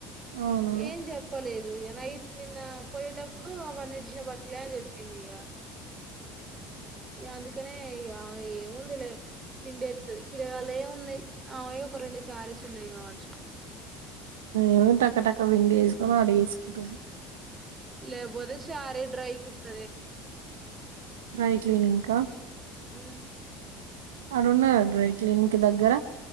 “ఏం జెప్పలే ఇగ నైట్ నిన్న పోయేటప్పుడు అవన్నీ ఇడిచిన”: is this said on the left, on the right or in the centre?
Right